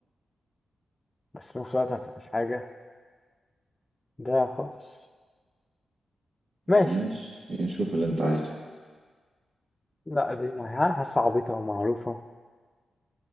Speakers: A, on the left (about 20°); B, on the right (about 80°).
A: بس في نفس الوقت ما تبقاش حاجه ده خالص ماشي
B: ماشي شوف اللي انت عايزه
A: لا دي ها- حاسه عبيطه ومعروفه